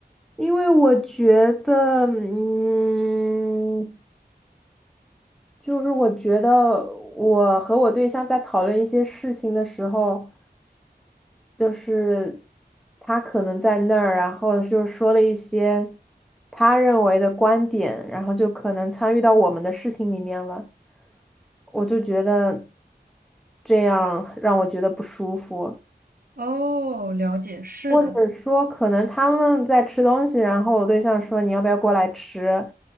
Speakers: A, in the centre; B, on the right (about 60°).
A: 因为我觉得，嗯，就是我觉得我和我对象在讨论一些事情的时候。就是他可能在那儿，然后就说了一些他认为的观点，然后就可能参与到我们的事情里面了。我就觉得这样让我觉得不舒服，
B: 哦，了解，是的。
A: 或者说可能他们在吃东西，然后我对象说你要不要过来吃，